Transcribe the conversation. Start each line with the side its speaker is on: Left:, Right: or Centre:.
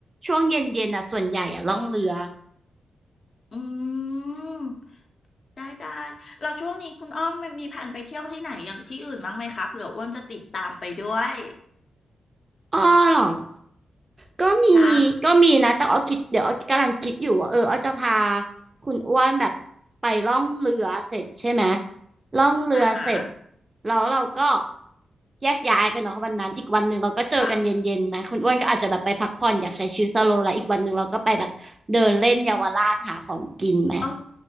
Right: ช่วงเย็นๆน่ะส่วนใหญ่อะล่องเรือ
Left: อืม ได้ได้เราช่วงนี้คุณอ้อมมีแผนไปเที่ยวที่ไหนอย่างที่อื่นบ้างไหมคะเผื่ออ้วนจะติดตามไปด้วย
Right: อ้อเหรอ ก็มี
Left: ใช่
Right: ก็มีนะแต่อ้อคิดเดี๋ยวอ้อกำลังคิดอยู่ว่าเอออ้อจะพาคุณอ้วนแบบไปล่องเรือเสร็จใช่ไหมล่องเรือเสร็จ
Left: อาฮะ
Right: แล้วเราก็แยกย้ายกันเนาะวันนั้นอีกวันหนึ่งเราก็เจอกันเย็นๆนะคุณอ้วนก็อาจจะแบบไปพักผ่อนอยากใช้ชีวิตสโลว์ไลฟ์อีกวันหนึ่งเราก็ไปแบบเดินเล่นเยาวราชหาของกินไหม
Left: ค่ะ โอ้